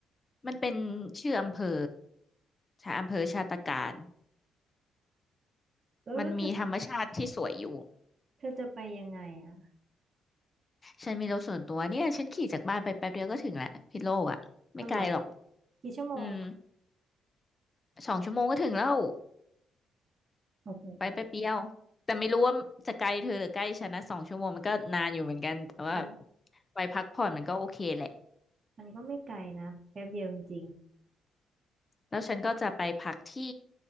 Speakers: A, on the left; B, on the right.
A: มันเป็นชื่ออำเภอชาอำเภอชาติการ
B: แล้วแล้วเธอ
A: มันมีธรรมชาติที่สวยอยู่
B: เธอจะไปยังไงอ่ะ
A: ฉันมีรถส่วนตัวเนี่ยฉันขี่จากบ้านไปแป๊บเดียวก็ถึงแหละพิษโลกอ่ะไม่ไกลหรอก
B: อ๋อเหรอกี่ชั่วโมง
A: อืมสองชั่วโมงก็ถึงแล้ว
B: โอ้โห
A: ไปแป๊บเดียวแต่ไม่รู้ว่าจะไกลเธอหรือใกล้ฉันนะสองชั่วโมงมันก็นานอยู่เหมือนกันแต่ว่า
B: มัน
A: ไปพักผ่อนมันก็โอเคแหละ
B: มันก็ไม่ไกลนะแป๊บเดียวจริง
A: แล้วฉันก็จะไปพักที่